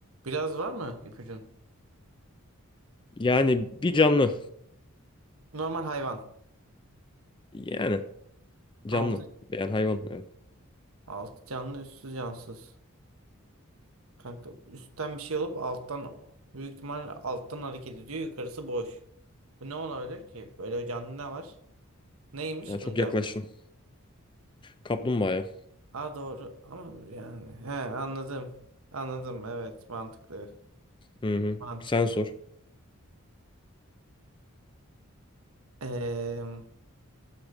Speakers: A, on the right; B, on the left.
A: biraz var mı ipucun?
B: Yani bir canlı.
A: Normal hayvan.
B: Yani canlı.
A: Altı,
B: Yani hayvan. Evet.
A: altı canlı üstü cansız. Kanka üstten bir şey alıp alttan büyük ihtimal alttan hareket ediyor. Yukarısı boş. Bu ne olabilir ki? Böyle canlı ne var? Neymiş
B: Yani çok
A: bunun cevabı?
B: yaklaştın. Kaplumbağaya.
A: Aa doğru ama yani he anladım. Anladım evet mantıklı.
B: Hı hı.
A: Mantıklı.
B: Sen sor.
A: Ee,